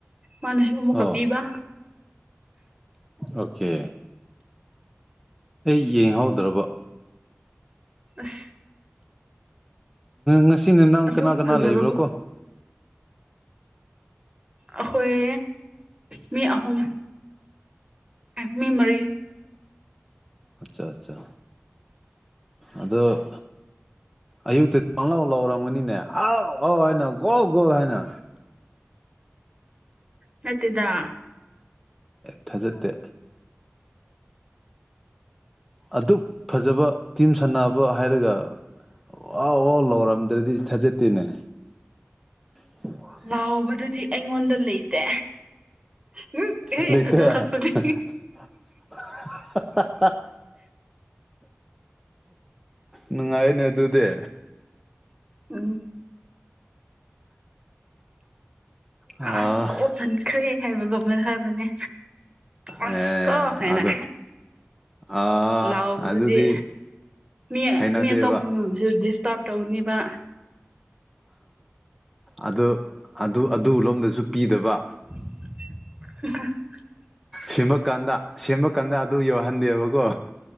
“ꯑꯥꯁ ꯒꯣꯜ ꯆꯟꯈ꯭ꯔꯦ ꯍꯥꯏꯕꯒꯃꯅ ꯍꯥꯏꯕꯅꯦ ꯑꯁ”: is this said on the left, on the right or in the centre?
Right